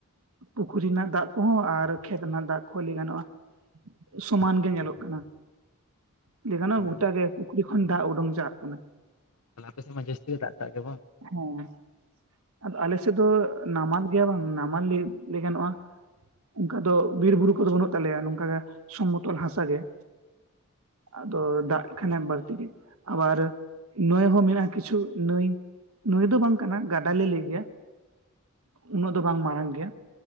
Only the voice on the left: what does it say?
ᱢᱟᱱᱮ
ᱛᱟᱦᱞᱮ ᱟᱯᱮ ᱥᱮᱫ ᱢᱟ ᱡᱟᱹᱛᱤ ᱜᱮ ᱫᱟᱜ ᱴᱟᱜ ᱜᱮ ᱵᱟᱝ?